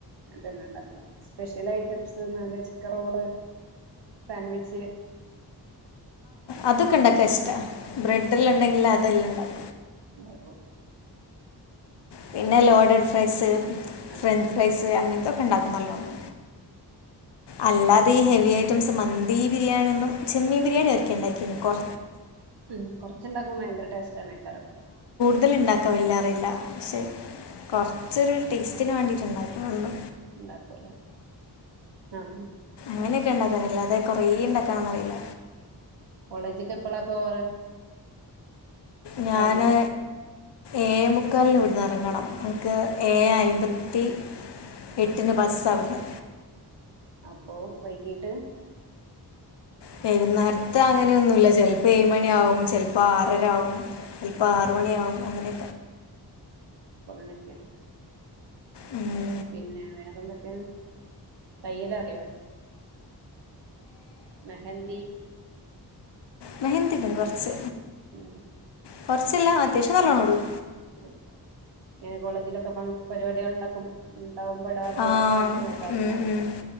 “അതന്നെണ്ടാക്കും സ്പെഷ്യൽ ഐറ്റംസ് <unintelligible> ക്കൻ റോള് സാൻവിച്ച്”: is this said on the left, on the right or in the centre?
Right